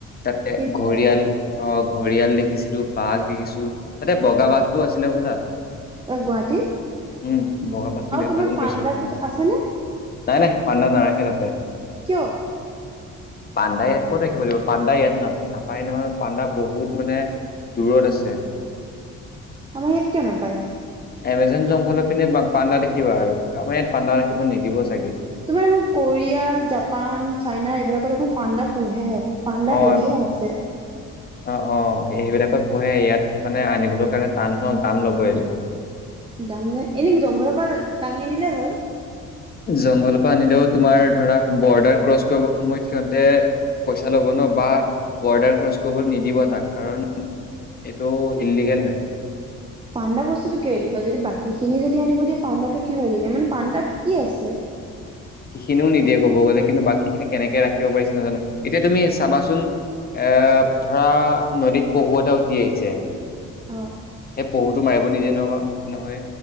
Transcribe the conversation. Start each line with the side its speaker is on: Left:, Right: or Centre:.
Left: তাতে
Right: কি
Left: ঘৰিয়াল
Right: কোৱা
Left: অ ', ঘৰিয়াল দেখিছিলো বাঘ দেখিছো তাতে বগা বাঘ টো আছিলে শুনা
Right: অ গুৱাহাটী
Left: উম', বগা বাগটো
Right: আৰু
Left: দেখা
Right: তোমাৰ
Left: যেন
Right: পাণ্ডাটোত
Left: পাইছিলো
Right: আছেনে
Left: নাই -নাই পাণ্ডা নাৰাখে তাতে।
Right: কিয়
Left: পাণ্ডা ইয়াত ক'ত ৰাখিব লাগিব পাণ্ডা ইয়াত ন', নাপায় নহয়? পাণ্ডা বহুত মানে দূৰত আছে।
Right: আমাৰ ইয়াত কিয় নোপায়?
Left: এমেজন জংঘলৰ পিনে পাণ্ডা দেখিবা আৰু আমাৰ ইয়াত পাণ্ডা ৰাখিব নিদিব চাগে।
Right: তোমাৰ এইখন কোৰিয়া জাপান চাইনা এইবিলাকত দেখোন পাণ্ডা পোহে। পাণ্ডা
Left: অ
Right: হেৰিয়ে আছে
Left: অ অ সেইবিলাকত পুহে ইয়াত মানে আনিবলৈ কাৰণে টান ন দাম ল'ব এলে।
Right: দাম নাই এনেক জংঘলৰ পৰা দাঙি আনিলে হ'ল।
Left: জংঘলৰ পৰা আনিলেও তোমাৰ ধৰা বৰ্ডাৰ ক্ৰছ কৰিব সময়ত সিহঁতে পইচা ল'ব ন বা বৰ্ডাৰ ক্ৰচ কৰিবলৈ নিদিব তাক কাৰণ এইটো ইললিগেল হয়।
Right: পাণ্ডা বস্তুটো কি হেৰি কয় যদি বাকী খিনি যদি আনিব দিয়া পাণ্ডাটো কি হৈ থগে মানে পাণ্ডাত কি আছে?
Left: খিনিও নিদিয়ে ক'ব গ'লে কিন্তু বাকী খিনি কেনেকে ৰাখিব পাৰিছে নাজানো। এতিয়া তুমি চাবাচোন এ ধৰা নদীত পহু এটা উঠি আহিছে
Right: অ
Left: সে পহুটো মাৰিব নিদিয়ে নহয় ন', নহয়